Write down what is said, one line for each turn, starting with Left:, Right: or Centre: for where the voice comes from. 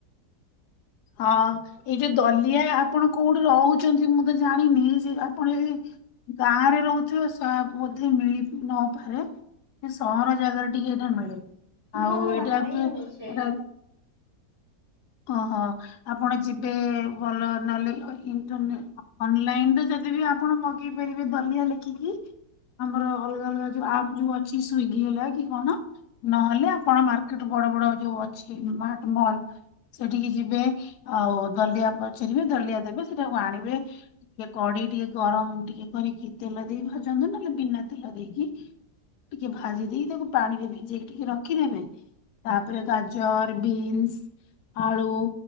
Left: ହଁ ଏଇ ଯଉ ଦଲିଆ ଆପଣ କଉଠି ରହୁଚନ୍ତି ମୁଁ ତ ଜାଣିନି ସେ ଆପଣ ଏଇ ଗାଁ ରେ ରହୁଥିବ ସ- ବୋଧେ ମିଳି ନପାରେ। ସେ ସହର ଜାଗାରେ ଟିକେ ଏଇଟା ମିଳେ
Right: ହଁ
Left: ଆଉ
Right: ମୁଁ
Left: ଏଇଟା
Right: ବାହାରେ ହିଁ
Left: <unintelligible>
Right: ରହୁଛି।
Left: ଏଟା ଓହୋ ଆପଣ ଯିବେ ଭଲ ନହେଲେ ଇ-ଇଣ୍ଟରନେ ଅନଲାଇନ୍ ରେ ଯଦି ବି ଆପଣ ମଗେଇ ପାରିବେ ଦଲିଆ ଲେଖିକି। ଆମର ଅଲଗା ଅଲଗା ଯଉ ଆପ୍ ଯଉ ଅଛି ସ୍ଵିଗି ହେଲା କି କଣ ନହେଲେ ଆପଣ ମାର୍କେଟ୍ ବଡ ବଡ ଯଉ ଅଛି ମାର୍ଟ ମଲ୍ ସେଠିକି ଯିବେ ଆଉ ଦଲିଆ ପଚାରିବେ ଦଲିଆ ଦେବେ ସେଟାକୁ ଆଣିବେ ଟିକେ କଡେଇ ଟିକେ ଗରମ୍ ଟିକେ କରିକି ତେଲ ଦେଇ ଭାଜନ୍ତୁ ନହେଲେ ବିନା ତେଲ ଦେଇକି ଟିକେ ଭାଜି ଦେଇ ତାକୁ ପାଣି ରେ ଭିଜେଇକି ଟିକେ ରଖିଦେବେ ତାପରେ ଗାଜର୍, ବିନ୍ସ୍ ଆଳୁ